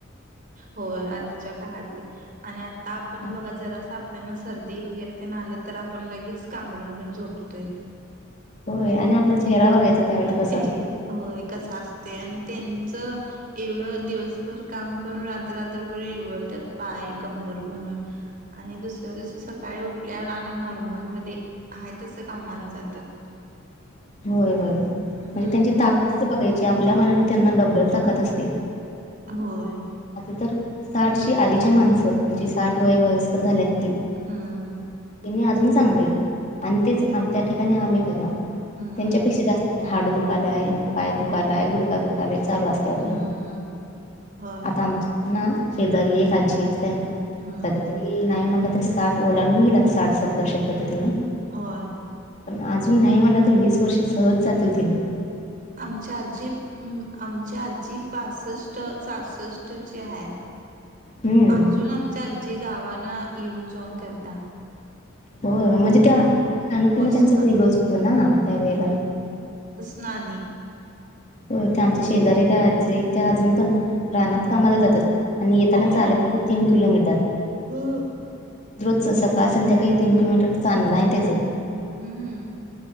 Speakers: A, on the right; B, on the left.
A: होय, आधीच्या काळातली आणि आता आपण
B: हा.
A: बघा जरास आपल्याना सर्दी वगैरे ते न आलं तर आपण लगेच, कांबरून घेऊन झोपतोय.
B: होय, आणि आपला चेहरा बघायचा त्यावेळेला कसा
A: चेह
B: असतो!
A: होय, कस असते आणि त्यांचं? एवढं दिवसभर काम करून रात्र-रात्रभर इवळत्यात पाय, कंबर म्हणून आणि दुसऱ्या दिवशी सकाळी उठल्यावर आणि नॉर्मलमध्ये, हाय तस कामाला जात्यात.
B: होय होय.
A: हम्म.
B: म्हणजे त्यांची ताकदच बघायची, आपल्या मनाने त्यांना डब्बल ताकद असते.
A: होय.
B: आता तर साठच्या आधीचे माणसं. जे साठ वय-वयस्कर झाल्यात ती,
A: हम्म.
B: त्यांनी अजून चांगलेत आणि तेच अन त्या
A: हो.
B: ठिकाणी आम्ही बघा.
A: हम्म.
B: त्यांच्यापेक्षा जास्त हाड दुखायला, पाय दुखायला, गुडगा दुखायला चालू असत. ते आपलं,
A: हम्म. होय.
B: आता आमच्या ना शेजारी एक आज्जी येत काय
A: हम्म
B: सध्या तरी नाही म्हटलं तरी साठ ओलांडून गेलात, साठ सत्तर शक्यतो तिने.
A: आय.
B: पण अजून नाही म्हणला तर, वीस वर्षे सहज जातील तिनी.
A: आमच्या आज्जी म प आमच्या आज्जी पासष्ट-सासष्टची हाय,
B: हम्म
A: अजून आम च्या आज्जी गावाना येऊन-जाऊन करता.
B: हो म्हणजे त्या,
A: होय
B: खाणपिन
A: बसन
B: त्यांच वेगळच होत ना त्यावेेळेला.
A: नानी.
B: हो ते आमच्या शेजारी त्या आज्जी आहे, त्या अजून पण रानात कामाला जातात आणि येताना
A: होय
B: चालत येतात तीन किलोमीटर.
A: हो
B: रोजच सकाळ-संध्याकाळी तीन किलोमीटर चांलन हाय त्याचं.
A: हम्म.